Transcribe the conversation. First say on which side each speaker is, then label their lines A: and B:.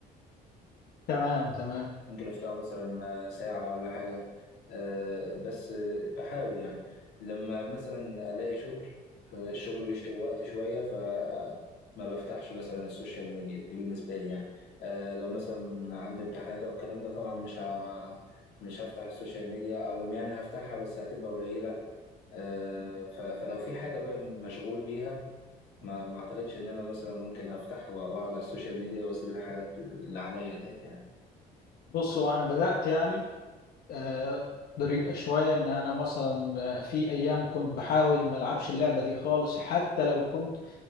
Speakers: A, on the left; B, on the left.
A: تمام تمام
B: ممكن افتحه مثلا ساعة ولا حاجة آه، بس آه، بحاول يعني لما مثلا الاقي شغل آه، الشغل بيشغل وقت شوية ف ما بفتحش مثلا السوشيال ميديا دي بالنسبة لي يعني آه، لو مثلا عندي امتحانات او الكلام ده طبعا مش ه... مش هفتح السوشيال ميديا او يعني هفتحها بس هتبقى قليلة آه، ف... فلو في حاجة بقى مشغول بيها ما ما اعتقدش ان انا مثلا ممكن افتح و- واقعد على السوشيال ميديا واسيب الحاجات اللي عليا ديت يعني
A: بصوا أنا بدأت يعني آه، طريقة شوية إن أنا مثلا آه، في أيام كنت بحاول ما ألعبش اللعبة دي خالص حتى لو كنت